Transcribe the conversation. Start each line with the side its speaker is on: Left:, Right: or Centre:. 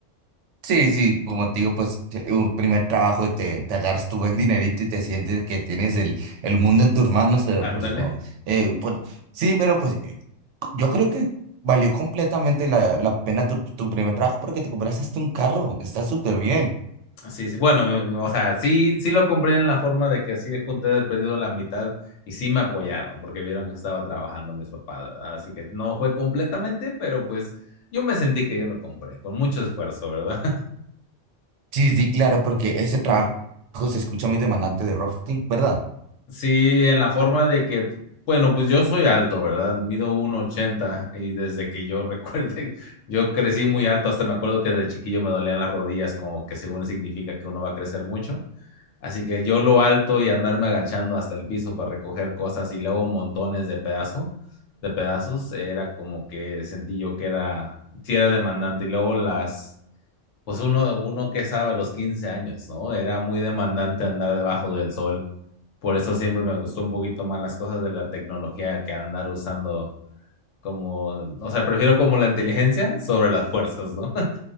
Right: Sí, sí, como te digo, pues te- un primer trabajo te, te agarras tu buen dinerito y te sientes que tienes el, el mundo en tus manos, pero
Left: Ándale.
Right: pues no. Eh, pues, sí, pero pues eh, yo creo que valió completamente la, la pena tu, tu primer trabajo porque te compraste hasta un carro, está súper bien.
Left: Sí, sí, bueno, o sea, sí, sí lo compré en la forma de que así junté de perdido la mitad y sí me apoyaron porque vieron que estaba trabajando mis papás, ¿verdad? Así que no fue completamente, pero pues yo me sentí que yo lo compré con mucho esfuerzo, ¿verdad? <laughs>
Right: Sí, sí, claro, porque ese trabajo se escucha muy demandante de rafting, ¿verdad?
Left: Sí, en la forma de que, bueno, pues yo soy alto, ¿verdad? Mido 1,80 y desde que yo recuerde, <laughs> yo crecí muy alto, hasta me acuerdo que de chiquillo me dolían las rodillas, como que según significa que uno va a crecer mucho. Así que yo lo alto y andarme agachando hasta el piso para recoger cosas y luego montones de pedazos, de pedazos, era como que sentí yo que era, sí era demandante. Y luego las, pues uno, uno que sabe, a los 15 años, ¿no? Era muy demandante andar debajo del sol. Por eso siempre me gustó un poquito más las cosas de la tecnología que andar usando como, o sea, prefiero como la inteligencia sobre las fuerzas, ¿no? <laughs>